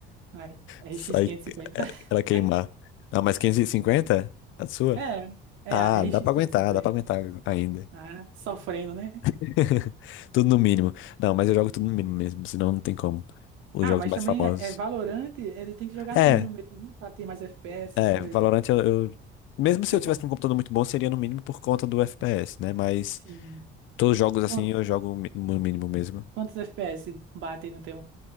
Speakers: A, on the right (about 75°); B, on the left (about 75°).
A: A RX
B: Sai
A: 550. <laughs>
B: ela queimar. Ah, mas 550? A sua?
A: É, é,
B: Ah,
A: a RX
B: dá pra
A: 550.
B: aguentar, dá pra aguentar ainda.
A: Ah, sofrendo, né?
B: <laughs> Tudo no mínimo. Não, mas eu jogo tudo no mínimo mesmo, senão não tem como. Os
A: Ah,
B: jogos
A: mas
B: mais
A: também
B: famosos.
A: é, é Valorant, ele tem que jogar
B: É,
A: no mínimo mesmo, né, pra ter mais FPS, essas
B: É,
A: coisas.
B: Valorant eu, eu- Mesmo se
A: Que
B: eu
A: é,
B: tivesse
A: co-
B: um computador muito bom, seria no mínimo por conta do FPS, né? Mas
A: sim.
B: todos os jogos assim
A: Quan-
B: eu jogo mi- no mínimo mesmo.
A: Quantos, FPS batem no teu?